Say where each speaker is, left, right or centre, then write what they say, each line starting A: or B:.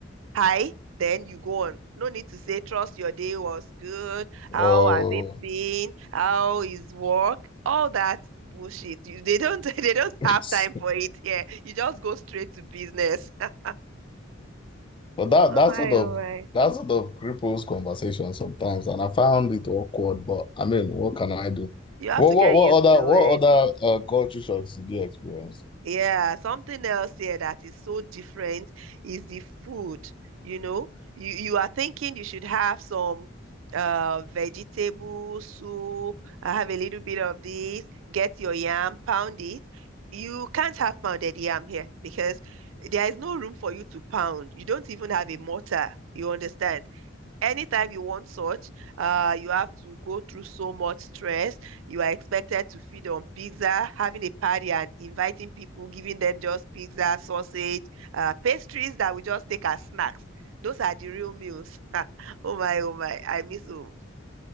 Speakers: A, on the right; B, on the left.
A: hi, then you go on. No need to say trust your day was good. How
B: Oh,
A: has it been? How is work? All that bullshit. You, they don't <laughs> they don't
B: <laughs> but
A: have time for it here. You just go straight to business. <laughs>
B: that
A: Oh
B: that
A: my,
B: sort of
A: oh my.
B: that sort of cripples conversation sometimes, and I found it awkward. But I mean, what can I do?
A: You have
B: What
A: to
B: what
A: get
B: what
A: used
B: other
A: to
B: what
A: it.
B: other uh, culture shocks did you experience?
A: Yeah, something else here that is so different is the food. You know, you you are thinking you should have some uh vegetable soup, I have a little bit of this, get your yam, pound it. You can't have pounded yam here because there is no room for you to pound. You don't even have a mortar. You understand? Anytime you want such, uh, you have to go through so much stress. You are expected to feed on pizza, having a party and inviting people, giving them just pizza, sausage, uh, pastries that we just take as snacks. Those are the real meals. <laughs> Oh my, oh my, I miss home.